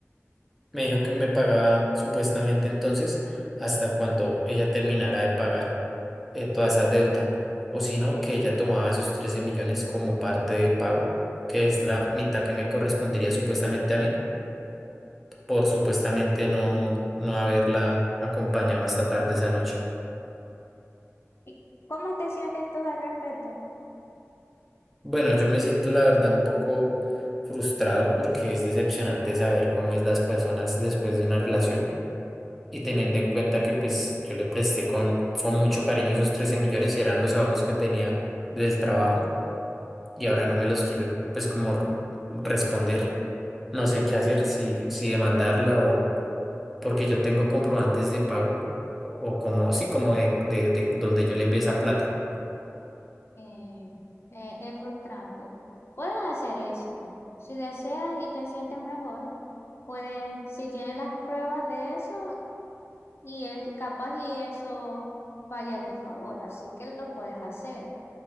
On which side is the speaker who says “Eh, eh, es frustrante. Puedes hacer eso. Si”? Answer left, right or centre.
Left